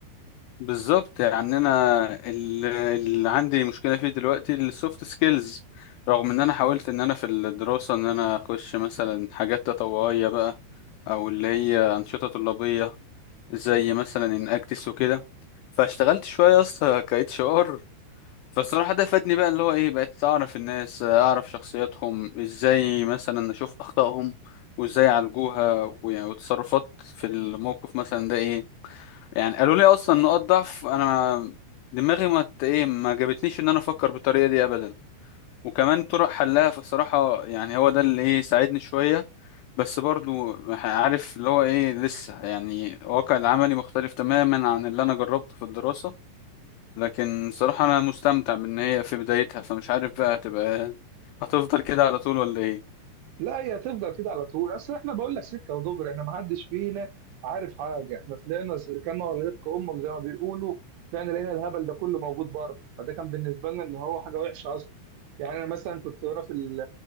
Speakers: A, on the left (about 90°); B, on the right (about 80°).
A: بالظبط يعني انا ال- اللي عندي مشكله فيه دلوقتي السوفت سكيلز رغم ان انا حاولت ان انا في الدراسه ان انا اخش مثلا حاجات تطوعيه بقى او اللي هي انشطه طلابيه زي مثلا ان اكتس وكده فاشتغلت شويه اصلا ك اتش ار فالصراحه ده فادني بقى اللي هو ايه بقيت اعرف الناس اعرف شخصياتهم ازاي مثلا اشوف اخطائهم وازاي يعالجوها ويعني وتصرفات في الموقف مثلا ده ايه يعني قالوا لي اصلا نقاط ضعف انا ما- دماغي ما ت- ايه ما جابتنيش ان انا افكر بالطريقه دي ابدا وكمان طرق حلها فصراحه يعني هو ده اللي ايه ساعدني شويه بس برضو عارف اللي هو ايه لسه يعني الواقع العملي مختلف تماما عن اللي انا جربته في الدراسه لكن صراحه انا مستمتع بان هي في بدايتها فمش عارف بقى هتبقى هتفضل كده على طول ولا ايه
B: لا هي هتفضل كده على طول اصل احنا بقول لك سكه ودغري احنا ما حدش فينا عارف حاجه احنا طلعنا س- كما ولدتك امك زي ما بيقولوا طلعنا لقينا الهبل ده كله موجود بره فده كان بالنسبه لنا ان هو حاجه وحشه اصلا يعني انا مثلا كنت وانا في ال-